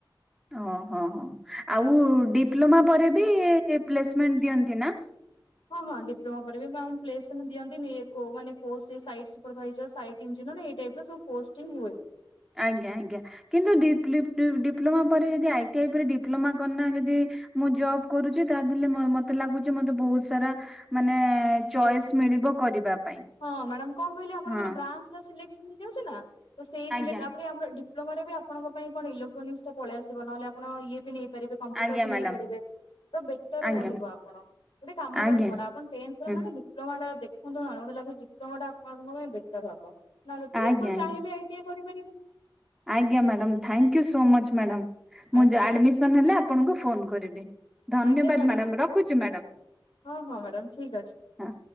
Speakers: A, in the centre; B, on the left.
A: ଓ ହଁ ହଁ ଆଉ ଡିପ୍ଲୋମା ପରେ ବି ପ୍ଲେସମେଣ୍ଟ ଦିଅନ୍ତି ନା?
B: ହଁ ହଁ ଡିପ୍ଲୋମା କରିବେ ପ୍ଲେସମେଣ୍ଟ ଦିଅନ୍ତି କୋଉମାନେ ପୋଷ୍ଟରେ ସାଇଡ୍ ସୁପରଭାଇଜର। ଇଞ୍ଜିନିୟର ଏଇ ଟାଇପର ସବୁ ପୋଷ୍ଟିଙ୍ଗ ହୁଏ।
A: ଆଜ୍ଞା ଆଜ୍ଞା କିନ୍ତୁ ଡି- ଡି - ଡି - ଡିପ୍ଲୋମା ପରେ ଯଦି ଆଇଟି ଆଇ ପରେ ଡିପ୍ଲୋମା କରନା ଯଦି ମୁଁ ଜବ କରୁଛି ତା ଦେଲେ ମତେ ଲାଗୁଛି ମତେ ବହୁତ ସାରା ମାନେ ଚଏସ୍ ମିଳିବ କରିବା ପାଇଁ।
B: ହଁ ମ୍ୟାଡାମ କଣ କହିଲେ ଆପଣଙ୍କର
A: ହଁ
B: ବ୍ରାଞ୍ଚଟା ସିଲେକ୍ସନ ହେଇଯାଉଛି ନା ତ ସେଇ
A: ଆଜ୍ଞା
B: ତାପରେ ଆମର ପ୍ଲୋମାରେ ବି ଆପଣଙ୍କ ପାଇଁ କଣ ଇଲେକ୍ଟ୍ରୋନିକ୍ସଟା ପଳେଇ ଆସିବ। ନହେଲେ ଆପଣ ଇଏ ବି ନେଇପାରିବେ କମ୍ପ୍ୟୁଟର
A: ଆଜ୍ଞା
B: ବି
A: ମ୍ୟାଡ଼ାମ
B: ନେଇପାରିବେ। ତ ବେଟର
A: ଆଜ୍ଞା
B: ରହିବ ଆପଣ। ଗୋଟେ କାମ
A: ଆଜ୍ଞା
B: କରନ୍ତୁ ମ୍ୟାଡ଼ାମ ଆପଣ ତେନ୍ଥର
A: ହୁଁ
B: ନେବେ ଡି ଡିପ୍ଲୋମାଟା ଦେଖନ୍ତୁ ନହେଲେ, ମତେ ଲାଗୁଛି ଡିପ୍ଲୋମାଟା ଆପଣଙ୍କ ପାଇଁ ବେଟର ହବ। ନହେଲେ କି
A: ଆଜ୍ଞା
B: ଆପଣ
A: ଆଜ୍ଞା
B: ଚାହିଁବେ ଆଇ ଟି ଆଇ କରିପାରିବେ।
A: ଆଜ୍ଞା madam thank you so much madam.
B: ଆଜ୍ଞା
A: ମୁଁ ଆଡ଼ମିସନ୍ ହେଲେ ଆପଣଙ୍କୁ ଫୋନ୍ କରିବି। ଧନ୍ୟବାଦ
B: ଆଜ୍ଞା ମ୍ୟାଡାମ
A: ମ୍ୟାଡ଼ାମ, ରଖୁଛି ମ୍ୟାଡ଼ାମ।
B: ହଁ, ହଁ, ମ୍ୟାଡ଼ାମ ଠିକ୍ ଅଛି।
A: ହଁ।